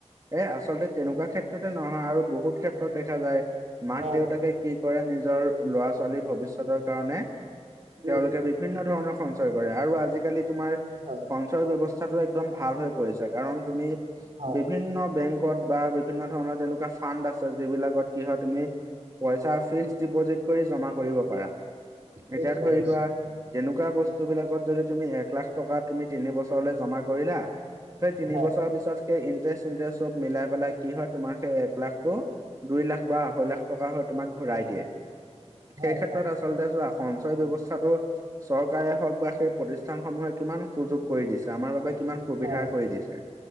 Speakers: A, on the right (about 30°); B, on the right (about 70°).
A: এ আচলতে তেনেকুৱা ক্ষেত্ৰতে নহয় আৰু বহুত ক্ষেত্ৰত দেখা যায়। মাক
B: হয়
A: দেউতাকে
B: হয়
A: কি কৰে নিজৰ ল'ৰা ছোৱালীৰ ভৱিষ্যতৰ কাৰণে তেওঁলোকে
B: উম
A: বিভিন্ন ধৰণৰ সঞ্চয় কৰে, আৰু আজিকালি তোমাৰ
B: হয়
A: সঞ্চয়ৰ ব্যৱস্থাটো একদম ভাল হৈ পৰিছে। কাৰণ তুমি
B: হয়
A: বিভিন্ন বেংকত বা বিভিন্ন ধৰণৰ তেনেকুৱা ফাণ্ড আছে, যিবিলাকত কি হয় তুমি পইচা ফিক্স ডিপজিট কৰি জমা কৰিব পাৰা।
B: নিশ্চয়
A: এতিয়া ধৰি
B: নিশ্চয়
A: লোৱা তেনেকুৱা বস্তু বিলাকত যদি তুমি এক লাখ টকা তুমি তিনি বছৰলৈ জমা কৰিলা সেই তিনি
B: হয়
A: বছৰ
B: হয়
A: পিছত সেই ইণ্টাৰেষ্ট ইণ্টাৰেষ্ট চব মিলাই পেলাই কি হয় তোমাক সেই এক লাখটো দুই লাখ বা আঢ়ৈ লাখ টকা হৈ তোমাক ঘূৰাই দিয়ে।
B: হয়
A: সেই
B: হয়
A: ক্ষেত্ৰত
B: হয় উম
A: আচলতে চোৱা সঞ্চয় ব্যয়ৱস্থাটো চৰকাৰে হওঁক বা সেই প্ৰতিষ্ঠান সমূহে কিমান সুযোগ কৰি দিছে আমাৰ বাবে কিমান সুবিধা
B: হয়
A: কৰি দিছে।